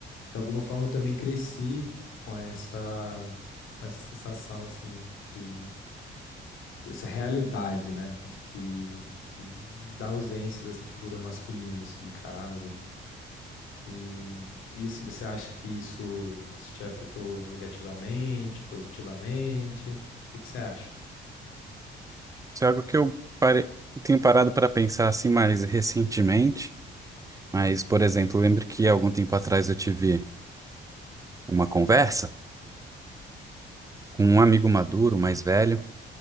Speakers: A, on the left; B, on the right.
A: de alguma forma, eu também cresci com essa, com essa sensação, assim, de essa realidade, né? De que, que- de- da ausência dessa figura masculina, assim, em casa. E, e assim, você acha que isso, isso te afetou negativamente, positivamente? O que que você acha?
B: Isso é algo que eu pare- tenho parado para pensar assim mais recentemente. Mas, por exemplo, eu lembro que algum tempo atrás eu tive uma conversa com um amigo maduro, mais velho,